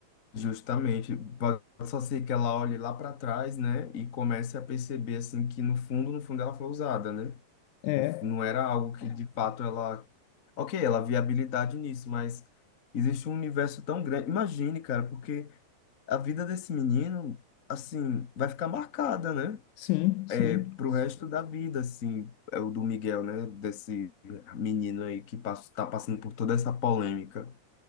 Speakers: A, on the left; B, on the left.
A: Justamente. Pode só ser que ela olhe lá para trás, né? E comece a perceber, assim, que no fundo, no fundo ela foi usada, né?
B: É,
A: Não f- não era algo que de fato ela. Ok, ela via habilidade nisso, mas existe um universo tão grande. Imagine, cara, porque. a vida desse menino, assim, vai ficar marcada, né?
B: sim, sim.
A: É, pro resto da vida, assim, é o do Miguel, né? Desse menino aí que passa, tá passando por toda essa polêmica.